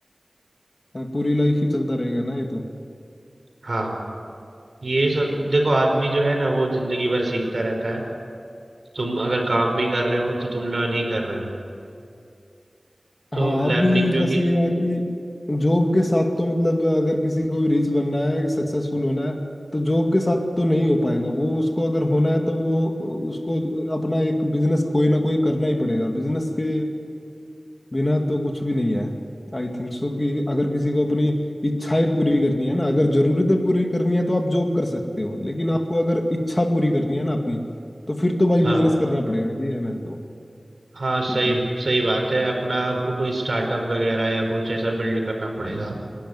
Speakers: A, on the left; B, on the right.
A: पूरी लाइफ ही चलता रहेगा ना ये तो
B: हाँ ये सब देखो आदमी जो है ना वो जिंदगी भर सीखता रहता है तुम अगर काम भी कर रहे हो तो तुम लर्न ही कर रहे हो तो
A: हाँ अभी
B: लर्निंग जो
A: बस
B: कि
A: ये है कि जॉब के साथ तो मतलब अगर किसी को भी रिच बनना है सक्सेसफुल होना है तो जॉब के साथ तो नहीं हो पाएगा वो उसको अगर होना है तो वो उसको अपना एक बिजनेस कोई ना कोई करना ही पड़ेगा बिजनेस के बिना तो कुछ भी नहीं है आई थिंक सो कि अगर किसी को अपनी इच्छाएं पूरी करनी है ना अगर जरूरतें पूरी करनी है तो आप जॉब कर सकते हो लेकिन आपको अगर इच्छा पूरी करनी है ना अपनी तो फिर तो भाई
B: हाँ
A: बिजनेस करना पड़ेगा ये है मेरे तो
B: हाँ सही
A: थिंकिंग
B: सही बात है अपना आपको कोई स्टार्टअप वगैरह या कुछ ऐसा बिल्ड करना पड़ेगा